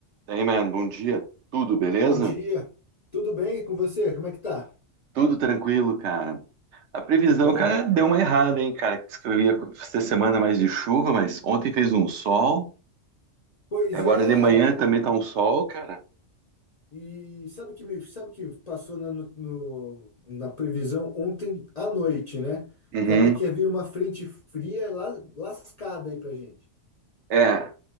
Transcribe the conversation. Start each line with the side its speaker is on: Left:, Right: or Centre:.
Right: Daí, mano, bom dia. Tudo beleza?
Left: Bom dia, tudo bem com você? Como é que tá?
Right: Tudo tranquilo, cara. A previsão,
Left: Que bom.
Right: cara, deu uma errada, hein, cara. Diz que eu ia ter semana mais de chuva, mas ontem fez um sol.
Left: Pois
Right: E agora
Left: é,
Right: de manhã também tá um sol, cara.
Left: e sabe o que me, sabe o que passou na, no- no- na previsão ontem à noite, né?
Right: Uhum.
Left: Falou que ia vir uma frente fria la- lascada aí pra gente.
Right: É,